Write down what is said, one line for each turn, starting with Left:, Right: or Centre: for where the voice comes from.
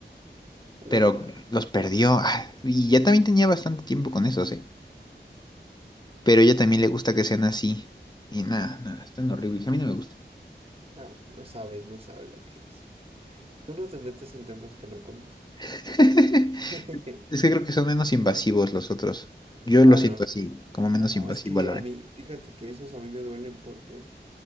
Right: upa.
Left: pero los perdió. Ah, Y ya también tenía bastante tiempo con esos, ¿eh? Pero a ella también le gusta que sean así. Y nada, nada, están horribles, a mí no me gusta.
Right: Ah, no sabes, no sabes lo que dices. Tú no te metes en temas que no conoces.
Left: <laughs>
Right: <laughs>
Left: Es que creo que son menos invasivos los otros. Yo
Right: Ah,
Left: lo siento
Right: no, sí.
Left: así, como menos
Right: No,
Left: invasivo,
Right: es que
Left: al Lore.
Right: a mí, fíjate que esos a mí me duelen porque